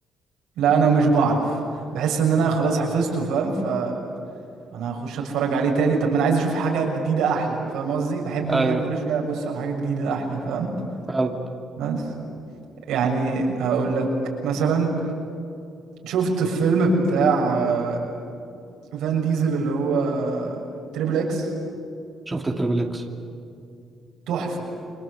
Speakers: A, on the right (about 85°); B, on the right (about 15°).
A: لا انا مش بعرف بحس ان انا خلاص حفظته فاهم ف انا هخش اتفرج عليه تاني طب ما انا عايز اشوف حاجه جديده احلى فاهم قصدي بحب ان
B: ايوه
A: انا كل شويه ابص على حاجه جديده احلى فاهم
B: فعلا
A: بس يعني هقول لك مثلا شفت الفيلم بتاع آه، فان ديزل اللي هو تريبل اكس
B: شفت تريبل اكس
A: تحفه